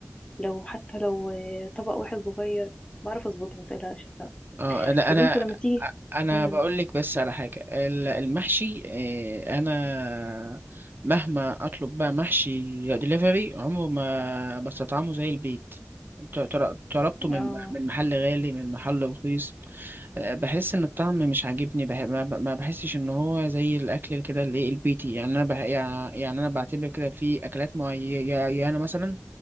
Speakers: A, on the left; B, on the right.
A: لو حتى لو طبق واحد صغير بعرف اظبطه ما تقلقش لا
B: اه لا
A: طب
B: انا
A: انت لما تيجي
B: انا
A: امم
B: بقول لك بس على حاجة ال- المحشي اه، انا مهما اطلب بقى محشي دليفري عمره ما بستطعمه زي البيت ط- طر- طلبته من
A: اه
B: مح- من محل غالي من محل رخيص بحس ان الطعم مش عاجبني بح... ما ب- ما بحسش ان هو زي الاكل كده اللي إيه البيتي يعني انا بح... يعني يعني انا بعتبر كده في اكلات معينه مثلا